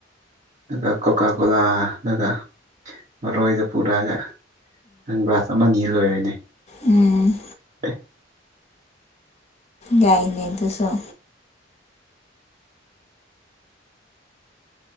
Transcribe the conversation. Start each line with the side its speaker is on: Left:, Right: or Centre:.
Right: ꯑꯗꯨꯒ ꯀꯀ ꯀꯣꯂꯥ ꯑꯗꯨꯒ ꯃꯔꯣꯏꯗ ꯄꯨꯔꯛꯑꯒ ꯒ꯭ꯂꯥꯁ ꯑꯃꯅꯤ ꯂꯣꯏꯔꯣꯏꯅꯦ
Left: ꯎꯝ
Right: <unintelligible>
Left: ꯌꯥꯏꯅꯦ ꯑꯗꯨꯁꯨꯣ